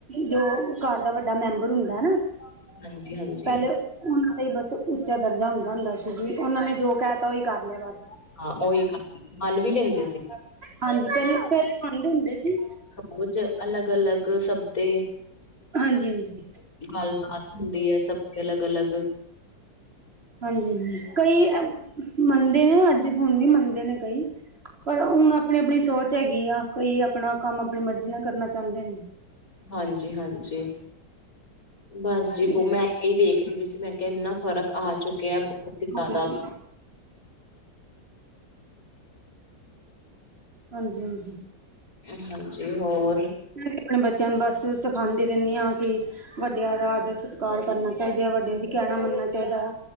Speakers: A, on the right; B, on the left.
A: ਜੋ ਘਰ ਦਾ ਵੱਡਾ ਮੈਂਬਰ ਹੁੰਦਾ ਨਾ ਕੰਮ ਬੜਾ ਹੁੰਦਾ
B: ਹਾਂਜੀ-ਹਾਂਜੀ
A: ਪਹਿਲੇ
B: ਹਾਂ
A: ਓ ਉਹਨਾਂ ਦਾ ਈ ਬਸ ਉੱਚਾ ਦਰਜਾ ਹੁੰਦਾ ਹੁੰਦਾ ਸੀ ਜ ਉਹਨਾਂ ਨੇ ਜੋ ਕਹਿ ਤਾਂ ਉਹੀ ਕਰ ਲਿਆ ਬਸ
B: ਹਾਂ ਉਹੀ ਗਾ ਮਨ ਵੀ ਲੈਂਦੇ ਸੀ
A: ਹਾਂਜੀ ਪਹਿਲੇ ਪਹਿਲੇ ਮੰਨਦੇ ਹੁੰਦੇ ਸੀ
B: ਕੁਝ ਐ ਅਲੱਗ ਅਲੱਗ ਸਭ ਤੇ ਏ
A: ਹਾਂਜੀ ਹਾਂਜੀ
B: ਗੱਲਬਾਤ ਹੁੰਦੀ ਐ ਸਭ ਤੇ ਅਲੱਗ ਅਲੱਗ
A: ਹਾਂਜੀ ਹਾਂਜੀ ਕਈ ਮੰਨਦੇ ਨੇ ਅੱਜ ਹੁਣ ਵੀ ਮੰਨਦੇ ਨੇ ਕਈ ਪਰ ਉਣ ਆਪਣੀ ਆਪਣੀ ਸੋਚ ਹੈਗੀ ਆ ਕਈ ਆਪਣਾ ਕੰਮ ਆਪਣੀ ਮਰਜ਼ੀ ਨਾਲ ਕਰਨਾ ਚਾਹੁੰਦੇ ਨੇ
B: ਹਾਂਜੀ ਹਾਂਜੀ ਬਸ ਜੀ
A: ਤੇ
B: ਬੋ ਮੈਂ ਇਹੀ ਵੇਖਦੀ ਪਈ ਸੀ ਮੈਂ ਕੇ ਇੰਨਾ ਫ਼ਰਕ ਆ ਚੁੱਕਿਆ ਬਹੁਤ ਹੀ ਤਾਆਦਾ
A: ਹਾਂਜੀ ਹਾਂਜੀ ਹਾਂਜੀ
B: ਹਾਂਜੀ ਹੋਰ ਆ
A: ਮੈਂ ਵੀ ਆਪਣੇ ਬੱਚਿਆਂ ਨੂੰ ਬਸ ਸਿਖਾਦੀ ਰਹਿੰਣੀ ਈ ਕਿ ਵੱਡਿਆਂ ਦਾ ਆਦਰ ਸਤਿਕਾਰ ਕਰਨਾ ਚਾਹੀਦਾ ਹੈ ਵੱਡਿਆਂ ਦੀ ਕਹਿਣਾ ਮੰਨਣਾ ਚਾਹੀਦਾ ਆ